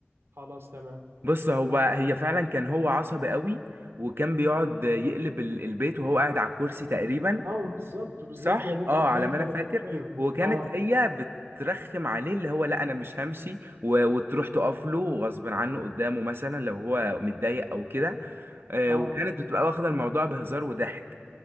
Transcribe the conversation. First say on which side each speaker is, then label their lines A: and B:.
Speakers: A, on the right; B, on the right.
A: خلاص تمام
B: بص هو هي فعلا كان هو عصبي قوي وكان بيقعد يقلب ال- البيت وهو قاعد على الكرسي تقريبا
A: اه بالظبط بالظبط
B: صح
A: هي ديت
B: اه
A: مشاهد
B: على ما
A: كانت
B: انا فاكر
A: في الفيلم
B: وكانت
A: اه
B: هي بترخم عليه اللي هو لا انا مش همشي و... وتروح تقف له غصب عنه قدامه مثلا لو هو متضايق او كده آه
A: اه
B: وكانت بتبقى واخده الموضوع بهزار وضحك